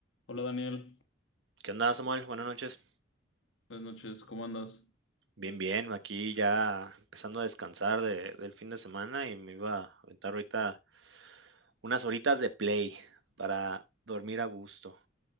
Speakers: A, on the left (about 85°); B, on the right (about 75°).
A: Hola Daniel,
B: ¿Qué onda, Samuel? Buenas noches.
A: buenas noches, ¿cómo andas?
B: Bien, bien, aquí ya empezando a descansar de- del fin de semana y me iba a aventar ahorita unas horitas de play para dormir a gusto.